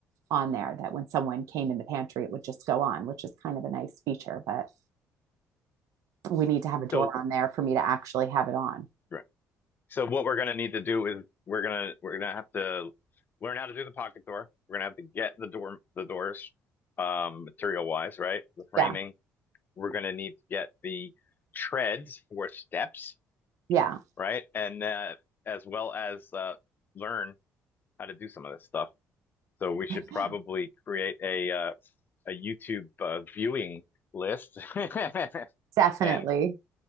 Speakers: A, on the right; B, on the left.
A: on there that when someone came in the pantry, it would just go on, which is kind of a nice feature, but we need to have a door
B: So
A: on there for me to actually have it on.
B: right. So what we're gonna need to do is we're gonna we're gonna have to learn how to do the pocket door. We're gonna have to get the door the doors um material wise, right? The framing.
A: Yeah.
B: We're gonna need to get the treads or steps,
A: Yeah.
B: right? And uh, as well as uh learn how to do some of this stuff. So we should
A: <laughs>
B: probably create a uh, a YouTube uh, viewing list <laughs>
A: Definitely.
B: and